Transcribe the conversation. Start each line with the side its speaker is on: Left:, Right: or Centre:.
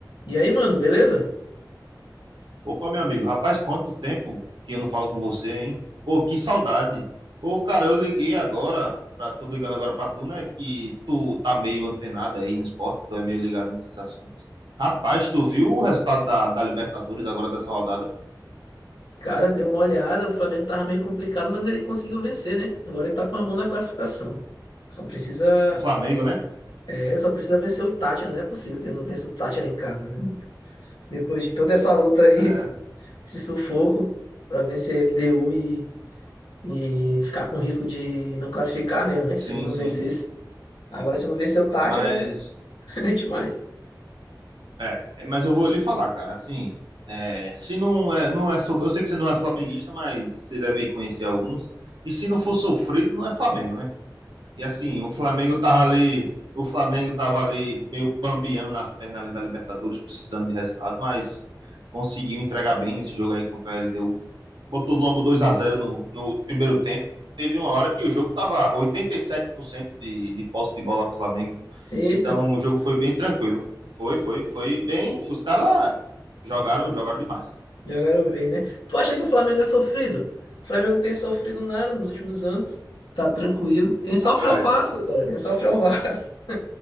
Left: E aí, mano, beleza?
Right: Opa, meu amigo, rapaz, quanto tempo que eu não falo com você, hein? Pô, que saudade. Ô, cara, eu liguei agora, pra, tô ligando agora pra tu, né? Que tu tá meio antenado aí no esporte, tu é meio ligado nesses assuntos. Rapaz, tu viu o resultado da, da Libertadores agora dessa rodada?
Left: Cara, deu uma olhada, o Flamengo tava meio complicado, mas ele conseguiu vencer, né? Agora ele tá com a mão na classificação. Só precisa,
Right: O Flamengo, né?
Left: é, só precisa vencer o Tátira, não é possível que ele não vença o Tátira em casa, né? Depois de toda essa luta aí,
Right: É,
Left: esse sufoco pra vencer a LDU e, e ficar com risco de não classificar, né? Antes,
Right: sim,
Left: se ele não
Right: sim.
Left: vencesse. Agora, se não vencer o Tátira,
Right: Mas,
Left: é, <laughs> é demais.
Right: é, é, mas eu vou lhe falar, cara, assim, é, se não é, não é, so- eu sei que você não é flamenguista, mas você deve conhecer alguns. E se não for sofrido, não é Flamengo, né? E assim, o Flamengo tava ali, o Flamengo tava ali meio bambiando nas pernas ali da Libertadores, precisando de resultado, mas conseguiu entregar bem nesse jogo aí contra a LDU. Botou logo 2 a zero no, no primeiro tempo. Teve uma hora que o jogo tava 87% de, de posse de bola pro Flamengo.
Left: Eita,
Right: Então o jogo foi bem tranquilo. Foi, foi, foi bem. Os caras jogaram, jogaram demais.
Left: Jogaram bem, né? Tu acha que o Flamengo é sofrido? O Flamengo não tem sofrido nada nos últimos anos. Tá tranquilo. Quem sofre
Right: Rapaz,
Left: é o Vasco agora. Quem sofre é o Vasco.